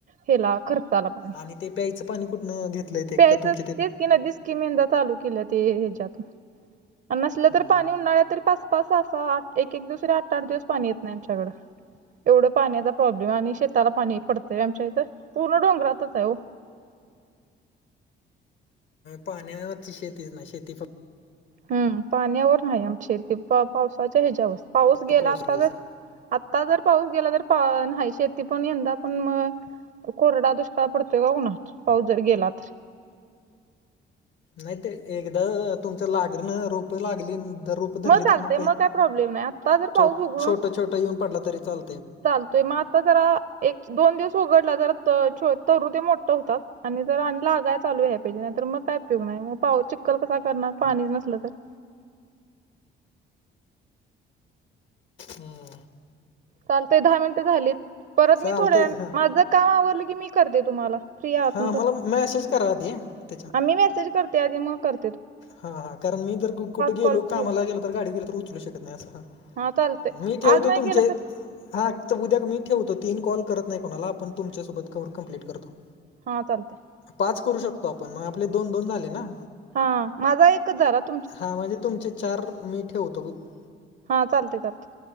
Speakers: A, on the right; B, on the left.
A: हेला खर्चाला पाणी,
B: आणि ते प्यायचं पाणी कुठनं घेतलंय ते
A: प्यायचं
B: का तुमच्या
A: तेच की नदीचं स्कीम यंदा स्कीम चालू केल्या ते ह्याच्यात, नसलं
B: तिथनं
A: तर पाणी उन्हाळ्यात तरी पास पस असा आठ एक एक दिवस तरी आठ आठ दिवस पाणी येत नाही आमच्याकडं. एवढं पाण्याचा प्रॉब्लेम आणि शेताला पाणी पडतंय आमच्या इथं. पूर्ण डोंगरातच हाय ओ.
B: पाण्यावरती शेतीच नाय शेती फक्त
A: हम्म पाण्यावर नाही आमची शेती, पाव पावसाच्या हेच्यावर. पाऊस
B: फक्त
A: गेला
B: पावसाळ्याला
A: आता तर
B: सर
A: आत्ता जर पाऊस गेला तर पा नाही, शेती पण यंदा पण म कोरडा दुष्काळ पडतोय का कोणास ठाऊक, पाऊस जर गेला तर.
B: नाही ते एकदं तुमचं लागीरनं रोप लागली न ते रोप उतरले
A: चालतंय
B: तर मग काय
A: प्रॉब्लेम नाही आता जर पाऊस
B: तो
A: उघडून
B: छोटा छोटा येऊन पडला तरी चाल
A: चालतोय मात तर जरा एक दोन दिवस उघडला, जरा तरु ते मोठ होतात आणि जर आण लागाय चालू हायत. नाही तर मग काय उयोग नाही. मग पाऊ चिखल कसा करणार, पाणीच नसलं तर?
B: हम्म.
A: चालतंय दहा मिनटं झालीत, परत
B: चालतंय
A: मी थोड्या वेळानं
B: हां
A: माझं काम आवरलं की मी करते तुम्हाला. फ्री आहात
B: हा मला मेसेज करा ते तेचा.
A: मी मेसेज करते आधी मग कर
B: हा हा कारण मी जर कुठे गेलो
A: कॉल पू
B: कामाला गेलो तर गाडी गेल तर उचलू शकत नाही असं हा.
A: चालते
B: मी ठेवतो
A: आज नाही
B: तुमचे.
A: केलं तर
B: हा तर उद्या मी ठेवतो तीन कॉल करत नाही, कोणाला आपण तुमच्यासोबत कम्प्लीट करतो.
A: हा चालते.
B: पाच करू शकतो आपण, मग आपले दोन दोन झाले ना?
A: हा, माझा एकच झारात
B: हा म्हणजे तुमचे चार मी ठेवतो. <unintelligible>
A: हां चालते चालते.